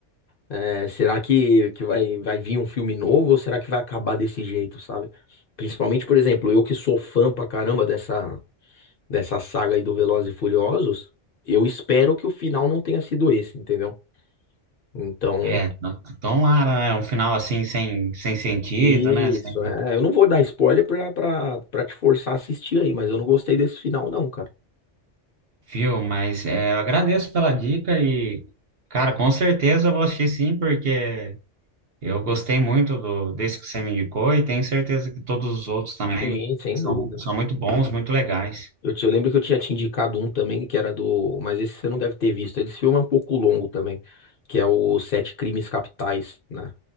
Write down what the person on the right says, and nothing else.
É, tomara, né? Um final assim sem, sem sentido,
né? Sem
fio, mas é, eu agradeço pela dica e, cara, com certeza eu vou assistir sim, porque eu gostei muito do, desse que você me indicou e tenho certeza que todos os outros também
são,
são muito bons, muito legais.